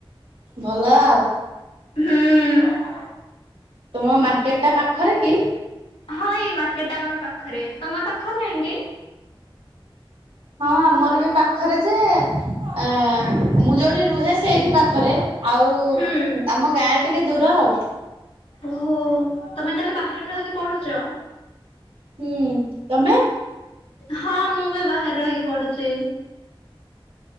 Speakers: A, on the right; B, on the left.
A: ଭଲ ଆଉ
B: ହୁଁ
A: ତୁମ ମାର୍କେଟଟା ପାଖରେ କି?
B: ହଁ ଏଇ ମାର୍କେଟଟା ଆମର ପାଖରେ। ତମର ପାଖରେ ନାହିଁ କି?
A: ହଁ ଆମର ବି ପାଖରେ ଯେ ମୁଁ ଯୋଉଠି ରୁହେ ସେଇଠି ପାଖରେ ଆଉ
B: ହୁଁ।
A: ଆମ ଗାଁରେ ଟିକେ ଦୂର ଆଉ।
B: ଓହୋ ତମେ ତାହେଲେ ବାହାରେ ରହିକି ପଢୁଛ?
A: ହୁଁ। ତମେ
B: ହଁ ମୁଁ ବି ବାହାରେ ରହିକି ପଢୁଛି।